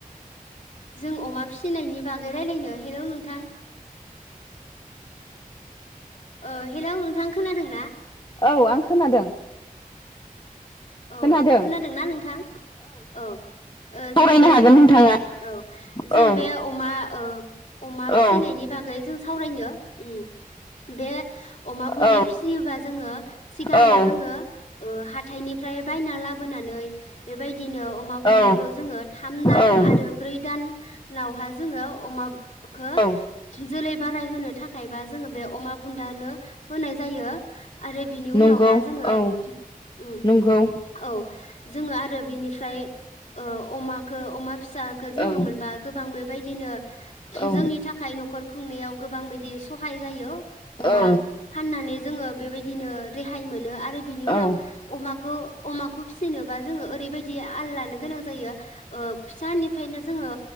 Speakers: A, on the left; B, on the left.
A: जों अमा फिसिनायनि बागै राय्लायनो हेलौ नोंथां ओ हेल' थां खोनादों ना
B: औ आं खोनादों
A: औ
B: खोनादों
A: खोनादोंना नोंथां औ ओ
B: सावरायनो
A: जों बे
B: हागोन नोंथाङा
A: औ जों
B: औ
A: बे अमा ओ अमा
B: औ
A: फिसिनायनि बागै जों सावरायनो ओम बे अमा बुदि
B: औ
A: फियोबा जोङो सिगाङो
B: औ
A: जोङो ओ हाथाइनि ओमफ्राय बायना लाबोनानै बेबायदि बिदिनो अमा बुदिखौ
B: औ
A: जोङो थाम दान
B: औ
A: आरो ब्रै दानावहा जोङो अमा खौ
B: औ
A: जोलै बाराय होनो थाखायबा जोङो बे अमा बुन्दानो होनाय जायो आरो बिनि उनावहा
B: नंगौ
A: जोङो
B: औ
A: ओं
B: नंगौ
A: औ जोङो आरो बिनिफ्राय ओ अमा खौ अमा फिसाखौ जोङो
B: औ
A: मोनबा गोबां बेबायदिनो
B: औ
A: जोंनि थाखाय न'खर खुंनायाव गोबां बायदि सहाय जायो अमा
B: औ
A: फाननानै जोङो बेबायदि बिदिनो रेहाय मोनो आरो बिनि उनाव
B: औ औ
A: अमा खौ अमाखौ फिसिनोबा जोङो ओरैबायदि आल लानो गोनां जायो ओ फिसानिफ्रायनो जोङो